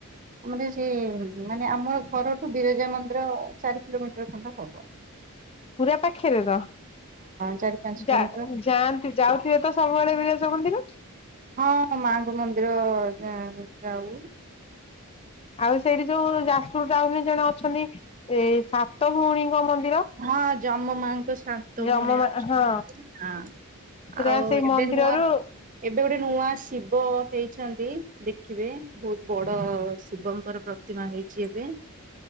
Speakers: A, on the right; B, on the left.
A: ଆମର ସେ ମାନେ ଆମ ଘରଠୁ ବିରଜାମନ୍ଦିର ଚାରିକିଲୋମିଟର। <unintelligible>
B: ପୁରା ପାଖରେ ତ,
A: ଚାରି ପାଞ୍ଚ କିଲୋମିଟର
B: ଯା
A: ହବ।
B: ଯାଆନ୍ତି ଯାଉଥିବେ ତ ସବୁବେଳେ ବି ଯ ମନ୍ଦିର
A: ହଁ ମାଙ୍କ ମନ୍ଦିର ଯା ଯାଉ।
B: ଆଉ ସେଇଠି ଯୋଉ ଯାଜପୁର ଟାଉନରେ ଜଣେ ଅଛନ୍ତି ଏ ସାତ ଭଉଣୀଙ୍କ ମନ୍ଦି
A: ହଁ ଯମ ମାଙ୍କ ସ ସାତଭଉଣୀ
B: ଯମ ମା
A: ଅଛନ୍ତି
B: ହଁ
A: ହ,
B: ସେଟା
A: ଆଉ
B: ସେଇ
A: ଏବେ
B: ମନ୍ଦିରରୁ
A: ନୂଆ ଏବେ ଗୋଟେ ନୂଆ ଶିବ ହେଇଛନ୍ତି ଦେଖିବେ ବହୁତ ବଡ ଶିବଙ୍କର ପ୍ରତିମା ହେଇଚି ଏବେ। <inaudible>